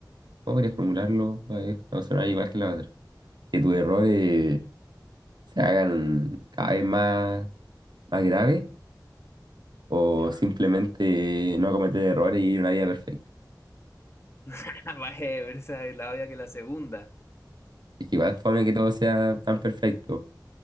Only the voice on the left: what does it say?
Ya.
<laughs> Vaya, pero esa es la obvia que la segunda.
No,